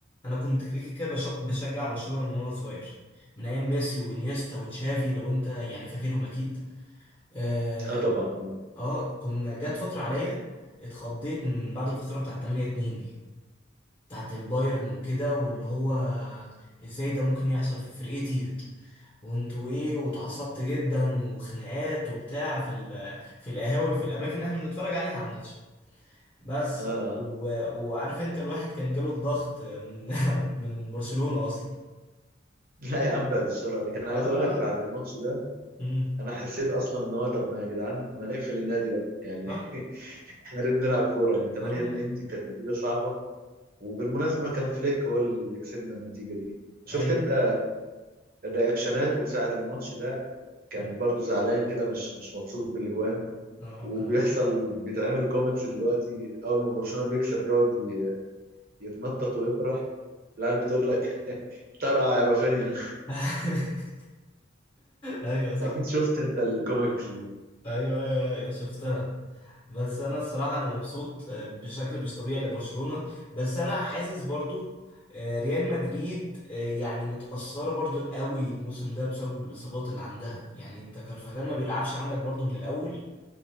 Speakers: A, on the left; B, on the right.
A: انا كنت كده كده بش- بشجع برشلونة من وانا صغير من ايام ميسي وانيستا وتشافي لو انت يعني فاكرهم اكيد اه
B: اه طبعا
A: آه، كنا جت فترة عليا اتخضيت من بعد الخسارة بتاعت 8 2 دي بتاعت البايرن وكده واللي هو ازاي ده ممكن يحصل في فرقتي وانتوا ايه واتعصبت جدا وخناقات وبتاع في ال- في القهاوي في الاماكن اللي احنا بنتفرج عليها على الماتش بس
B: اه اه
A: و... وعارف انت الواحد كان جاله الضغط من <laughs> من برشلونة اصلا
B: <laughs> لا يا عم بعد الشر عليك انا
A: اه
B: عايز
A: لا
B: اقول لك
A: لا
B: بعد الماتش ده
A: امم
B: انا حسيت اصلا ان هو طب ما يا جدعان ما نقفل النادي بقى يعني
A: صح
B: <laughs> احنا ليه بنلعب كورة يعني 8
A: اه
B: 2
A: لا.
B: دي كانت نتيجة صعبة وبالمناسبة كان فليك هو اللي كسبنا النتيجة دي شفت
A: ايوه
B: انت رياكشناته ساعة الماتش ده كان
A: مم.
B: برضو زعلان كده مش مش مبسوط بالاجوان
A: اه
B: وبيحصل
A: كان حلو
B: بيتعمل كوميكس دلوقتي اول ما برشلونة بيكسب بيقعد ي- يتنطط ويفرح العيال بتقول لك طرقع يا رافينيا
A: <laughs> ايوه
B: <laughs>
A: صح
B: اكيد شفت انت الكوميكس دي
A: ايوه ايوه أيوة، شفتها بس انا الصراحه انا مبسوط آه، بشكل مش طبيعي لبرشلونه بس انا حاسس برضو آه، ريال مدريد آه، يعني متأثرة برضو قوي الموسم ده بسبب الإصابات اللي عندها يعني انت كارفاخال ما بيلعبش عندك برضو من الأول